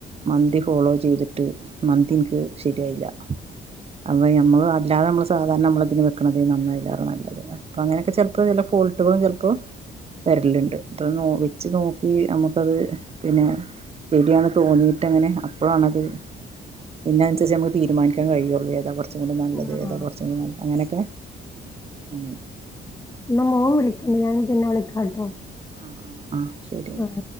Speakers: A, on the right (about 30°); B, on the left (about 15°).
A: മന്തി ഫോളോ ചെയ്തിട്ട് മന്തിൻക്ക് ശരിയായില്ല. അപ്പോ നമ്മൾ അല്ലാതെ നമ്മള് സാധാരണ നമ്മളതിന് വെക്കണതെയ്ന് അയ്ലാറെ നല്ലത് അപ്പൊ അങ്ങനൊക്കെ ചെൽപോ വര്ണ ഫോൾട്ടുകളും ചെൽപ്പോ വര്ലുണ്ട് ഇതൊന്ന് വെച്ച് നോക്കി നമുക്കത് പിന്നെ ശരിയാണ് തോന്നിയിട്ടങ്ങനെ അപ്പളാണത് പിന്നനുസരിച്ച് നമുക്ക് തീരുമാനിക്കാൻ കഴിയൊള്ളൂ ഏതാ കൊറച്ചും കൂടി നല്ലത്
B: ആഹ്
A: ഏതാ കൊറച്ചും കൂടി നല്ല അങ്ങനൊക്കെ. അങ്ങനെ
B: ഇന്നെ മോൻ വിളിക്ക്ണ്ട് ഞാൻ പിന്നെ വിളിക്കാട്ടോ.
A: ആഹ് ആഹ് ആ ശരി ന്നാ
B: ആഹ്